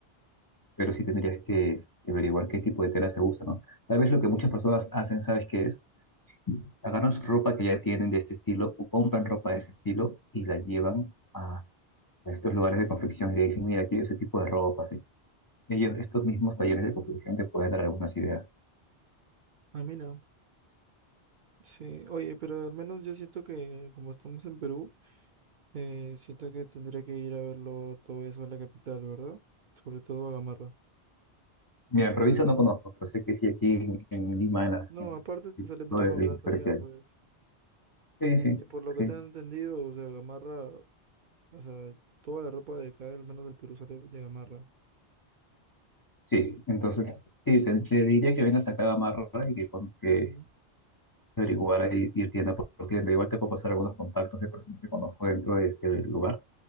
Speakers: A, on the left (about 30°); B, on the right (about 55°).
A: pero sí tendrías que este, averiguar qué tipo de tela se usa, ¿no? Tal vez lo que muchas personas hacen, ¿sabes qué es? Agarran su ropa que ya tienen de este estilo o compran ropa de este estilo y la llevan a a estos lugares de confección y le dicen, mira, quiero ese tipo de ropa. así. Ellos, estos mismos talleres de confección te pueden dar algunas ideas.
B: Ah, mira. Sí. Oye, pero al menos yo siento que, como estamos en Perú, eh, siento que tendría que ir a verlo todo eso en la capital, ¿verdad? Sobre todo a Gamarra.
A: Mira, en provincia no conozco, pero sé que sí aquí en, en Lima, en las,
B: No,
A: en
B: aparte te
A: en
B: sale mucho
A: todo el
B: más barato
A: Imperio
B: allá,
A: que
B: pues.
A: hay. Sí, sí,
B: Y por lo que
A: sí.
B: tengo entendido, o sea, Gamarra, o sea, toda la ropa de acá, al menos del Perú, sale de Gamarra.
A: Sí, entonces, sí, te, te diría que vengas acá a Gamarra y que, con- que
B: Ujú.
A: averiguar ahí, ir tienda por tienda. Igual te puedo pasar algunos contactos de personas que conozco dentro de este lugar